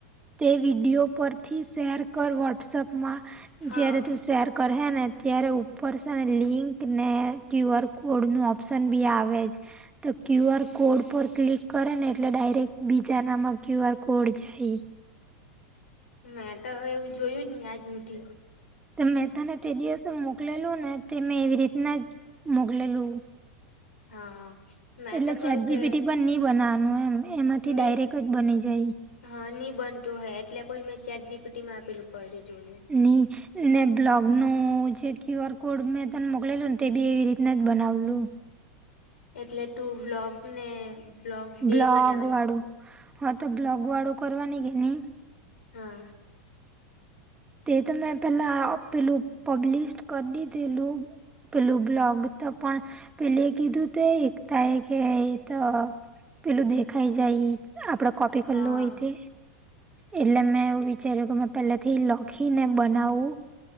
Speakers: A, on the right; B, on the left.
A: તે વિડીયો પર થી શેર કર વોટ્સપમાં,
B: હા
A: જય્યારે તું શેર કર હે ને. ત્યારે ઉપર છે ને લિંક ને ક્યુ આર કોડનું ઓપ્શન બી આવે જ. તો ક્યુ આર કોડ પર ક્લિક કરે ને એટલે ડાયરેક્ટ બીજા નામાં ક્યુ આર કોડ જાય.
B: મેં તો એવું જોયું જ ને આજ રૂઢી.
A: તો મેં તને તે દિવસે મોકલેલું ને તે મેં એવી રીતના જ મોકલેલું.
B: હા હા. મેં
A: એટલે
B: તો કરું
A: ચેટ જી
B: કે
A: બી ટી પણ નઈ બનાવાનું એમ એમાંથી
B: ની
A: ડાયરેક જ બની જાય.
B: હા નહી બનતું હોય એટલે પછી મેં ચેટ જી પી ટીમાં આપેલું કરી જોયું.
A: ની. ને બ્લોગ ન જે ક્યુ આર કોડ મેં તને મોકલેલું ને તે બી એવી રીતના જ બનાવલું.
B: એટલે તું વ્લોગ ને બ્લોગ બે
A: બ્લોગ
B: બનાવાની
A: વાળું, હા તો બ્લોગ વાળું કરવા ન કે નહી.
B: હા.
A: તે તો મેં પહેલા પેલું પબલિશ કરની પેલું, પેલું બ્લોગ. તો પણ, પેલે કીધું તો એકતા એ કે તો પેલું દેખાઈ જાય આપડે કોપી
B: હા
A: કરલું હોય તે, એટલે મેં એવું ચહેરો કો મેં પહેલાથી લ લોક ખીને બનાવ,